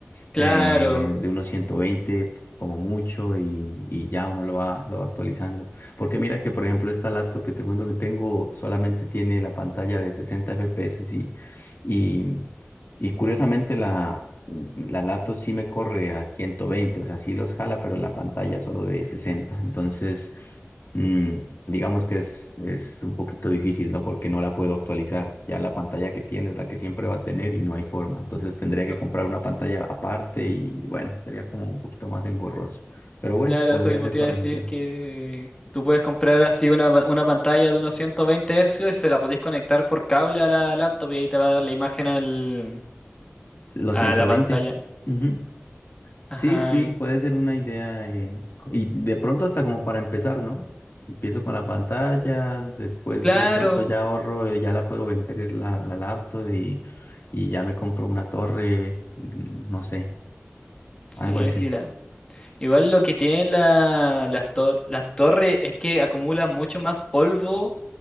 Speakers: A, on the left (about 20°); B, on the left (about 55°).
A: Claro.
B: eh, de unos 120 como mucho y, y ya uno lo va, lo va actualizando. Porque mira que, por ejemplo, esta laptop que te cuento que tengo solamente tiene la pantalla de 60 FPS y, y, y curiosamente la, la laptop sí me corre a ciento veinte o sea, sí los jala, pero la pantalla solo de sesenta Entonces... Mm, digamos que es, es un poquito difícil, ¿no? Porque no la puedo actualizar. Ya la pantalla que tiene es la que siempre va a tener y no hay forma. Entonces tendría que
A: Ya.
B: comprar una pantalla aparte y bueno, sería como un poquito más engorroso. Pero bueno,
A: Claro,
B: podría
A: eso mismo
B: ser
A: te iba
B: para
A: a decir
B: iniciar.
A: que tú puedes comprar así una, pa- una pantalla de unos 120 hercios y se la podéis conectar por cable a la laptop y ahí te va a dar la imagen al,
B: Los
A: a
B: 120.
A: la pantalla.
B: Ujú. Sí,
A: Ajá.
B: sí, puede ser una idea. eh, co- y de pronto hasta como para empezar, ¿no? Empiezo con la pantalla, después
A: Claro.
B: de pronto ya ahorro, ya la puedo vender eh, la, la laptop y, y ya me compro una torre, mm, no sé.
A: Sí,
B: algo así.
A: sí, la. Igual lo que tienen la- las, tor- las torres es que acumulan mucho más polvo